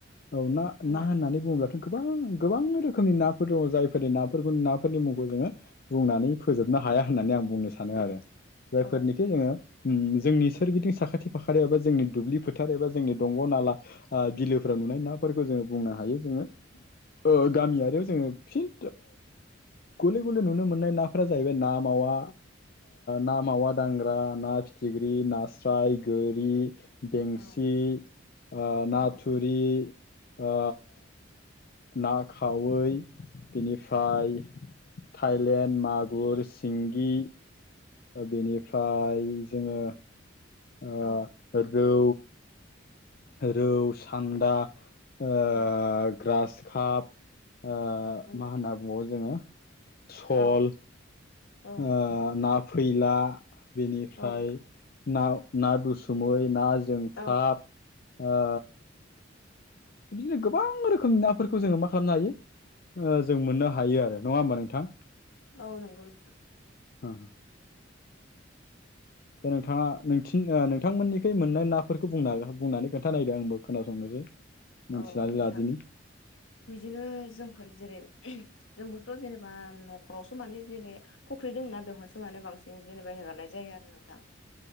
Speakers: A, on the left; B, on the left.
A: औ ना
B: बुंलाय
A: ना होननानै बुङोब्लाथ' गोबां गोबां रोखोमनि नाफोर दङ जायफोरनि नाफोरखौ नाफोरनि मुंखौ जोङो बुंनानै फोजोबनो हाया होननानै आं बुंनो सानो आरो। जायफोर
B: औ
A: निखि जोङो ओम जोंनि सोरगिदिं साखाथि फाखा एबा जोंनि दुब्लि फोथार एबा जोंनि दंग' नाला आ बिलोफोराव नुनाय नाफोरखौ जोङो बुंनो हायो जोङो ओ गामियारियाव जोङो फिन गले गले नुनो मोननाय
B: औ
A: नाफोरा जाहैबाय ना मावा ना मावा दांग्रा ना फि थिख्रि, नास्राय, गोरि, बेंसि,
B: औ
A: आ नाथुरि,
B: औ
A: आ ना खावै, बेनिफ्राय
B: औ
A: थाइलेण्ड, मागुर, सिंगि, बेनिफ्राय जोङो ओ
B: औ
A: रौ, रौ, सान्दा, ओ
B: औ
A: ग्रास खाब आ
B: उम
A: मा होनना बुङो जोङो सल,
B: औ औ
A: आ ना फैला, बेनिफ्राय
B: औ
A: ना ना दुसुमै, ना जोंख्लाब,
B: औ
A: ओ बिदिनो गोबां रोखोमनि नाफोरखौ जोङो मा खालामनो हायो। जों मोननो हायो आरो नङा होमबा नोंथां?
B: औ नंगौ नोंथां
A: ह दा नोंथाङा नों नोंथांमोननि मोननाय नाफोरखौ बुंनानै खोन्था नायदों आंबो खोनासंनोसै। मोनथिनानै
B: औ नोथां।
A: लादिनि
B: बिदिनो जोंफोर जेरै जोंबो ' जेनेबा न'खरावसो माने जेरै फुख्रि दंना बेवहायसो माने बांसिन जेनेबा हेगारनाय जायो। नोंथां।